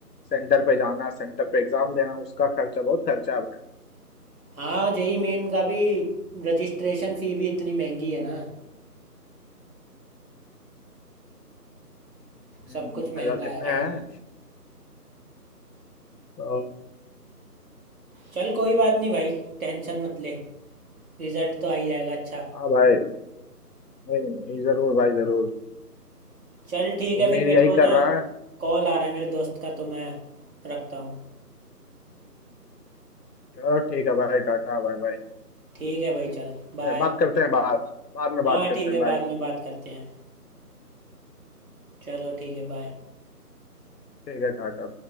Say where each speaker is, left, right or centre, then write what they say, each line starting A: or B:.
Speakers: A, on the left (about 80°); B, on the right (about 60°).
A: सेंटर पे जाना सेंटर पे एग्जाम देना उसका खर्चा बहुत खर्चा है भाई
B: हाँ जेई मेन का भी रजिस्ट्रेशन फी भी इतनी महंगी है ना
A: हम्म,
B: सब कुछ महंगा
A: हजार कितने
B: है भाई
A: हैं तो
B: चल कोई बात नहीं भाई टेंशन मत ले रिजल्ट तो आ ही जाएगा अच्छा
A: हाँ भाई नहीं, नहीं, जरूर भाई जरूर
B: चल ठीक है
A: उम्मीद
B: फिर मेरे
A: यही
B: को
A: कर
B: ना
A: रहा है
B: कॉल आ रहा है मेरे दोस्त का तो मैं रखता हूँ
A: चलो ठीक है भाई टाटा बाय बाय
B: ठीक है भाई चल बाय
A: बात करते हैं बाद बाद में बात
B: हाँ
A: करते
B: ठीक
A: हैं
B: है
A: भाई
B: बाद में बात करते हैं चलो ठीक है बाय
A: ठीक है टाटा